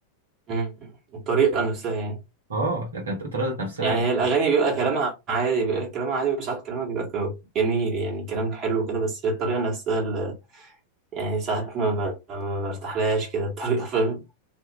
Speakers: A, on the right; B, on the right.
A: مم. الطريقة نفسها يعني
B: اه لكن الطريقه ذات نفسها
A: يعني هي الأغاني بيبقى كلامها عادي بيبقى كلامها عادي وساعات كلامها بيبقى ك- جميل يعني كلام حلو كده بس هي الطريقة نفسها اللي يعني ساعات ما, ب... ما برتاحلهاش كده الطريقة <laughs> فاهم